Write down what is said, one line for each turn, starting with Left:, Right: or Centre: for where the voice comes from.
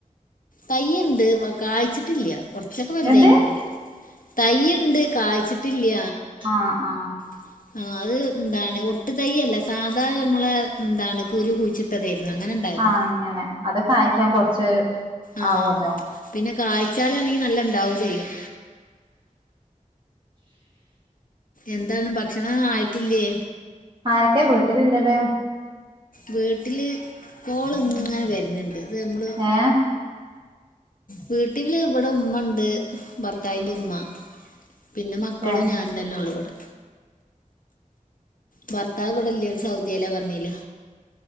Left: തയ്യുണ്ട് കായ്ച്ചിട്ടില്ല കുറച്ചൊക്കെ വലുതായിക്ക്ണ്
Right: എന്ത്
Left: തൈയ്യ്ണ്ട് കായ്ച്ചിട്ടില്ല
Right: ആഹ് ആഹ്
Left: <inaudible> ആഹ് അത് എന്താണ് ഒട്ട് തയ്യല്ല സാധാരണ നമ്മളെ എന്താണ് കുരു കുഴിച്ചിട്ടതായിരുന്നു അങ്ങനെ ഉണ്ടായതാ
Right: ആഹ് അങ്ങനെ അത് കായ്ക്കാൻ കൊറച്ച്
Left: ആഹ്
Right: ആവല്ലോ
Left: പിന്നെ കാഴ്ചാലാണെങ്കി നല്ലോം ഇണ്ടാവും ചെയ്യും എന്താണ് ഭക്ഷണം ആയിട്ടില്ലേ
Right: ആരൊക്കെ വീട്ടിലിള്ളത്
Left: വീട്ടില് കോള് ഇങ്ങനെ വരുന്നുണ്ട് ഇത് നമ്മള്
Right: ഏഹ്
Left: വീട്ടില് ഇവിടെ ഉമ്മ ഉണ്ട് ഭർത്താവിന്റെ ഉമ്മ പിന്നെ മക്കളും
Right: ഏഹ്
Left: ഞാൻ തന്നെ ഉള്ളൂ ഇവിടെ ഭർത്താവ്വിടല്ലേ ഓര് സൗദി അല്ലാ പറഞ്ഞീല്ല